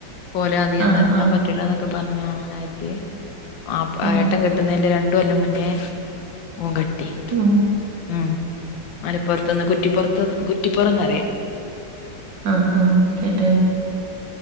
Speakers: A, on the left; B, on the right.
A: ഓലെ അധികം
B: ആ
A: നിർത്താൻ
B: ആ
A: പറ്റൂല്ല ന്നൊക്കെ പറഞ്ഞ അങ്ങനായിട്ടെ ആ അപ്പ
B: ഏ
A: ഏട്ടൻ കെട്ടുന്നതിന്റെ രണ്ടുകൊല്ലം മുന്നേ ഓൻകെട്ടി
B: മ്ഹ്
A: ഉം മലപ്പറത്തു ന്ന് കുറ്റിപ്പറത്ത്ന്ന് കുറ്റിപ്പറന്നറിയും
B: ആഹ് ആഹ് കേട്ട്ണ്